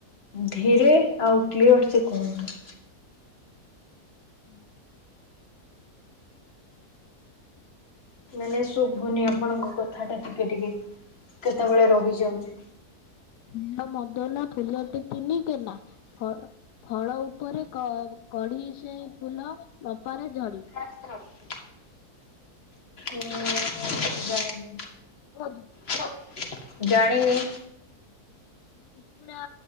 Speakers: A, on the left; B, on the left.
A: ଧୀରେ ଆଉ କ୍ଲିଅର ସେ କୁହନ୍ତୁ।
B: ହୁଁ।
A: ମାନେ ଶୁଭୁନି ଆପଣଙ୍କ କଥାଟା ଟିକେ ଟିକେ କେତେବେଳେ ରହିଯାଉଛି।
B: ଫୁଲ ମଦନା ଫୁଲଟି ତିନି କେନା ଫ ଫଳ ଉପରେ କ କଢି ସେ ଫୁଲ ନପାରେ ଝଡି।
A: <inaudible> ମୁଁ ନା ଜାଣିନି।
B: କୁହନ୍ତୁ।
A: ହ <unintelligible> ଜାଣିନି।
B: କୁକୁଡ଼ା